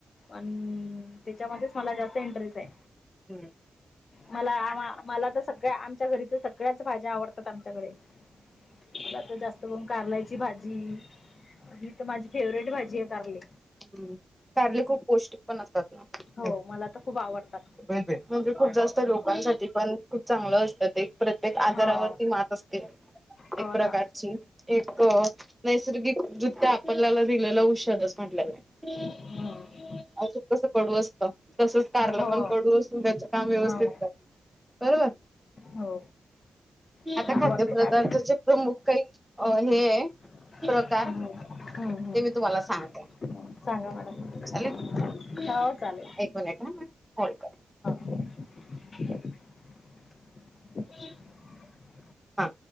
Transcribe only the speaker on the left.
आणि त्याच्यामध्येच मला जास्त इंटरेस्ट आहे
मला आ मला तर सगळ्या आमच्या घरीच सगळ्याच भाज्या आवडतात आमच्याकडे. तला तर जास्त बघून कारलायची भाजी ही तर माझी फेवरेट भाजी आहे कारली.
हो मला तर खूप आवडतात
हो
हो
ना
हं.
हो
हो
हो. मला
आवडते
कारली
्
हम्म हम्
सांगा मॅडम.
हो चालेल
रिकामा ऑडिओ <unintelligible>